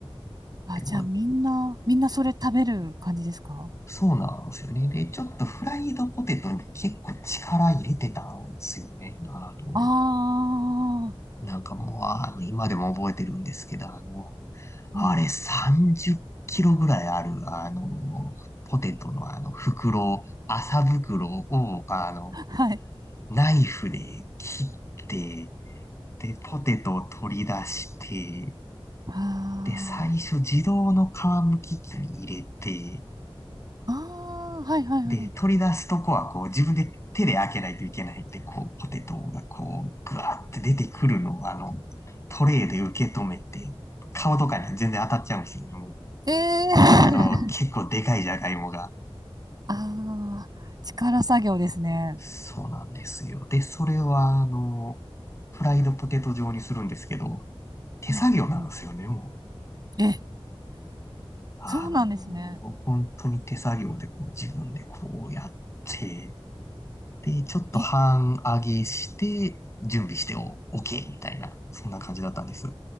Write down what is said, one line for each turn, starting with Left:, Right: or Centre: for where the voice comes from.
Right: あ、
Left: でも、
Right: じゃあみんな、みんなそれ食べる感じですか
Left: そうなんですよね。で、ちょっとフライドポテトに結構力入れてたんですよね。あの、
Right: ああ
Left: なんかもう、あの、今でも覚えてるんですけど、あの、あれ30キロぐらいある、
Right: ーうんうん。
Left: あの、ポテトのあの袋、麻袋を、あの、
Right: <laughs> はい。
Left: ナイフで切って、で、ポテトを取り出して、
Right: あ
Left: で、最初自動の皮むき器に入れて、
Right: あ、ああはいはいは
Left: で、取り出すとこはこう自分で手で開けないといけないんで、こう、ポテトがこう、ぐわーって出てくるのを、あの、トレイで受け止めて、顔とかに全然当たっちゃうんですよね、もう。
Right: い。ええー。
Left: あの、結構でかいじゃがいもが。
Right: <laughs> ああ、力作業ですね。
Left: そうなんですよ。で、それは、あの、フライドポテト状にするんですけど、手作業なんですよね、
Right: うんうんうん
Left: も
Right: え、
Left: あのー本当に手作業でこう自分でこうやって、
Right: そうなんですね。
Left: で、ちょっと半上げして、
Right: え、
Left: 準備してお、OK みたいな、そんな感じだったんです。